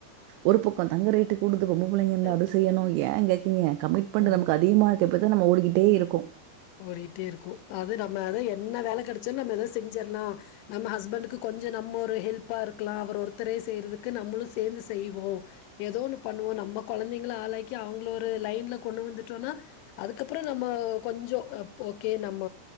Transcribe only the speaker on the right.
ஒரு பக்கோ தங்க ரேட்டு கூடுது பொம்பள புள்ளைங்க இருந்த
அது செய்யணு ஏ கேக்குறீங்க கமிட்மெண்ட்
நமக்கு அதிகமாக இருக்க போய் தா நாம ஓடிக்கிட்டே இருக்கு